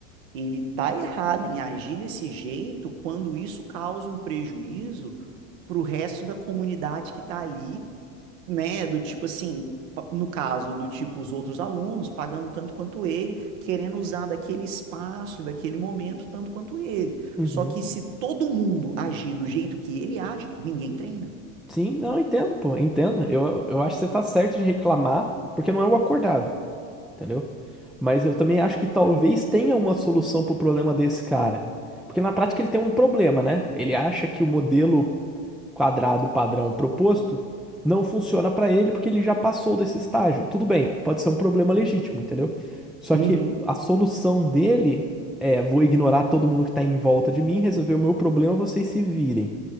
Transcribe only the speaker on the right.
ele está errado em agir desse jeito quando isso causa um prejuízo para o resto da comunidade que está ali né, do tipo assim, no caso do tipo os outros alunos, pagando tanto quanto ele, querendo usar daquele espaço, daquele momento, tanto quanto ele.
Só que se todo mundo agir do jeito que ele age, ninguém treina.
Uhum.